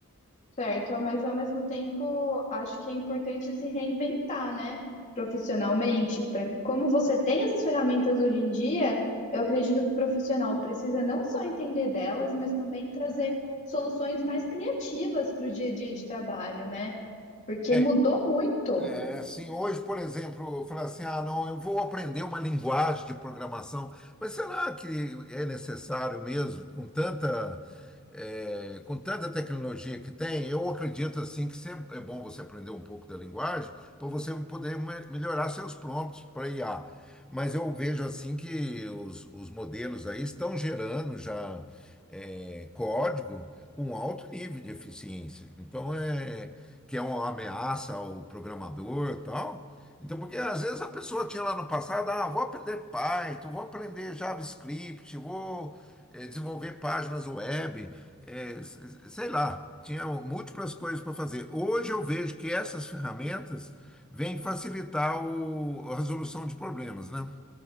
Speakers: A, on the left; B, in the centre.
A: Certo, mas ao mesmo tempo acho que é importante se reinventar, né? Profissionalmente, para como você tem essas ferramentas hoje em dia, eu acredito que o profissional precisa não só entender delas, mas também trazer soluções mais criativas para o dia a dia de trabalho, né? Porque
B: É,
A: mudou muito.
B: É, assim, hoje, por exemplo, falar assim, ah, não, eu vou aprender uma linguagem de programação, mas será que é necessário mesmo, com tanta, é, com tanta tecnologia que tem? Eu acredito, assim, que se- é é bom você aprender um pouco da linguagem para você poder me- melhorar seus prompts para IA. Mas eu vejo, assim, que os, os modelos aí estão gerando já é, código com alto nível de eficiência. Então, é que é uma ameaça ao programador e tal. Então, porque às vezes a pessoa tinha lá no passado, ah, vou aprender Python, vou aprender JavaScript, vou eh, desenvolver páginas web, eh, s- s- sei lá, tinha múltiplas coisas para fazer. Hoje eu vejo que essas ferramentas vêm facilitar o- a resolução de problemas, né?